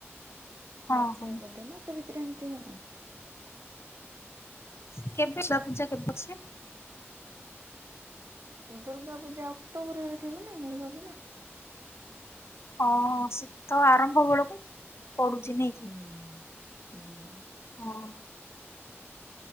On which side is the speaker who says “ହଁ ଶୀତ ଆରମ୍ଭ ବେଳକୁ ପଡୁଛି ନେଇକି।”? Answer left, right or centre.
Left